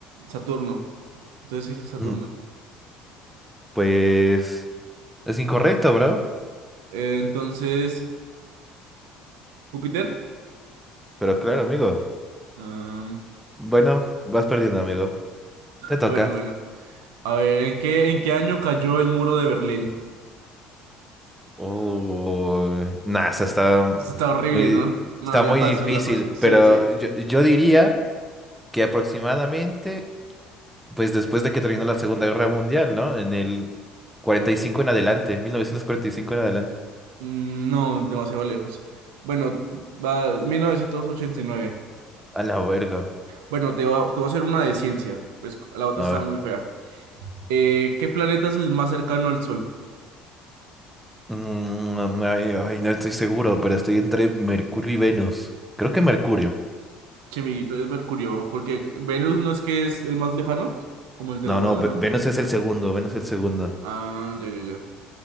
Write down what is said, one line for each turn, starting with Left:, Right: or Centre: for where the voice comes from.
Right: Saturno. Entonces sí es Saturno.
Centre: Mm, Pues es incorrecto, bro.
Right: Eh, entonces, Júpiter.
Centre: Pero claro, amigo.
Right: am,
Centre: Bueno, vas perdiendo, amigo. Te toca.
Right: bueno, bueno. A ver, ¿en qué, en qué año cayó el muro de Berlín?
Centre: Uy, nah, esa está
Right: Esto Está horrible,
Centre: muy,
Right: ¿no? No,
Centre: está
Right: la
Centre: muy
Right: paso,
Centre: difícil,
Right: la paso. Sí,
Centre: pero
Right: sí.
Centre: yo, yo diría que aproximadamente, pues después de que terminó la Segunda Guerra Mundial, ¿no? En el 45 en adelante, 1945 en adelante.
Right: Mm, no, demasiado lejos. Bueno, va mil novecientos ochenta y nueve
Centre: A la verga.
Right: Bueno, te va- te voy a hacer una de ciencias, pues la otra
Centre: A
Right: estaba
Centre: ver.
Right: muy fea. Eh, ¿qué planeta es el más cercano al Sol?
Centre: Mm, ay, ay, no estoy seguro, pero estoy entre Mercurio y Venus. Creo que Mercurio.
Right: Chimiguito es Mercurio, porque Venus no es que es el más lejano, como el de
Centre: No,
Right: los más
Centre: no,
Right: lejanos.
Centre: Ve- Venus es el segundo, Venus es el segundo.
Right: Ah, ya, ya, ya.